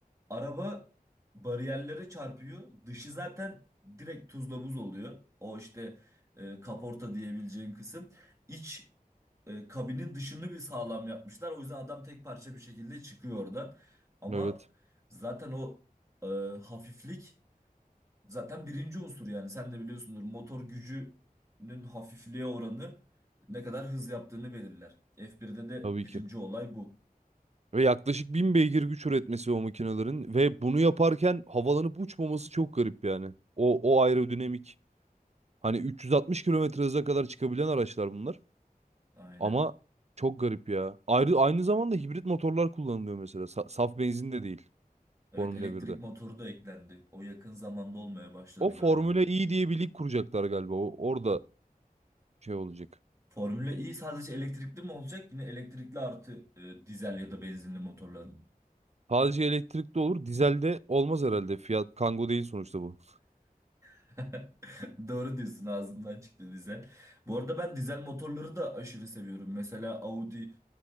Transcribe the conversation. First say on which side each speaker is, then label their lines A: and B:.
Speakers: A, on the right; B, on the right.
A: araba bariyerlere çarpıyor. Dışı zaten direkt tuzla buz oluyor. O işte e, kaporta diyebileceğin kısım. İç e, kabinin dışını bir sağlam yapmışlar. O yüzden adam tek parça bir şekilde çıkıyor oradan. Ama
B: Evet,
A: zaten o e, hafiflik zaten birinci unsur yani sen de biliyorsundur motor gücünün hafifliğe oranı ne kadar hız yaptığını belirler. F1'de de
B: tabii
A: birinci
B: ki.
A: olay bu.
B: Ve yaklaşık 1000 beygir güç üretmesi o makinelerin ve bunu yaparken havalanıp uçmaması çok garip yani. O, o aerodinamik hani 360 kilometre hıza kadar çıkabilen araçlar bunlar
A: Aynen.
B: ama çok garip ya. Ayrı, aynı zamanda hibrit motorlar kullanılıyor mesela Sa- saf benzin de değil
A: Evet
B: Formula
A: elektrik
B: 1'de.
A: motoru da eklendi. O yakın zamanda olmaya başladı
B: O Formula
A: galiba.
B: E diye bir lig kuracaklar galiba o, orada şey olacak.
A: Formula E sadece elektrikli mi olacak? Yine elektrikli artı e, dizel ya da benzinli motorlar mı?
B: Sadece elektrikli olur dizelde olmaz herhalde Fiat Kangoo değil sonuçta bu.
A: <laughs> Doğru diyorsun ağzımdan çıktı dizel. Bu arada ben dizel motorları da aşırı seviyorum. Mesela Audi